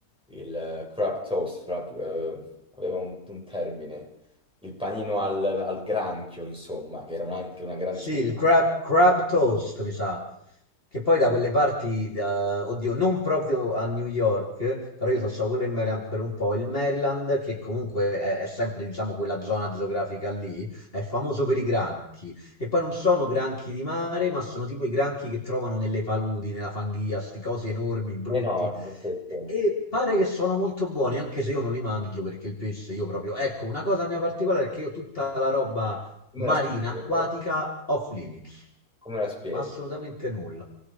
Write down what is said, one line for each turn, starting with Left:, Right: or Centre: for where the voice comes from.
Centre: il eh, crab toast, crab, eh, aveva un, un termine, il panino al, al granchio, insomma, che era un- anche una grande
Left: Sì,
Centre: specialità.
Left: il crab, crab toast, mi sa, che poi da quelle parti, da- oddio, non proprio a New York, però io sono stato pure in Maryland per un po', il Maryland, che comunque è, è sempre, diciamo, quella zona geografica lì, è famoso per i granchi, che poi non sono granchi di mare, ma sono tipo i granchi che trovano nelle paludi, nella fanghia, sti cose enormi, brutti,
Centre: Enorme, sì, sì.
Left: e pare che sono molto buoni, anche se io non li mangio perché il pesce io proprio... Ecco, una cosa mia particolare è che io tutta la roba
Centre: Come
Left: marina,
Centre: la spieghi?
Left: acquatica, off limits,
Centre: Come la spieghi?
Left: ma assolutamente nulla.